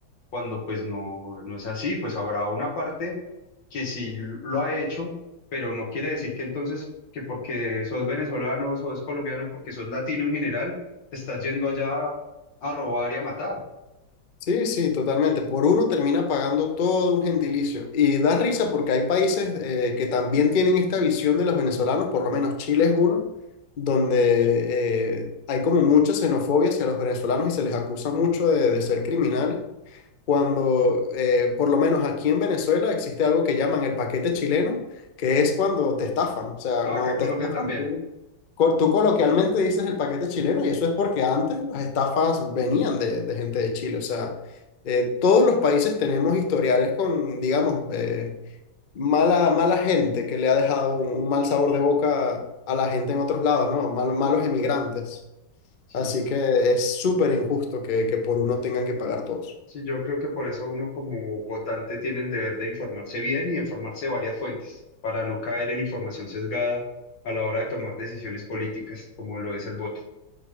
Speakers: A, on the left; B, on the left.
A: cuando pues no, no es así, pues habrá una parte que sí lo ha hecho, pero no quiere decir que entonces, que porque sos venezolano, sos colombiano, porque sos latino en general, te estás yendo allá a robar y a matar.
B: Sí, sí, totalmente. Por uno termina pagando todo un gentilicio. Y da risa porque hay países eh, que también tienen esta visión de los venezolanos, por lo menos Chile es uno, donde eh, hay como mucha xenofobia hacia los venezolanos y se les acusa mucho de, de ser criminales cuando, eh, por lo menos aquí en Venezuela, existe algo que llaman el paquete chileno, que es cuando te estafan. O sea,
A: Ah,
B: cuando
A: acá en Colombia
B: te estafan,
A: también.
B: tú, co- tú coloquialmente dices el paquete chileno y eso es porque antes las estafas venían de, de gente de Chile. O sea, eh, todos los países tenemos historiales con, digamos, eh, mala, mala gente que le ha dejado un, un mal sabor de boca a la gente en otros lados, ¿no? Mal- malos emigrantes.
A: Sí,
B: Así que es súper injusto que, que por uno tengan que pagar todos.
A: sí, yo creo que por eso uno como votante tiene el deber de informarse bien y informarse de varias fuentes, para no caer en información sesgada a la hora de tomar decisiones políticas, como lo es el voto.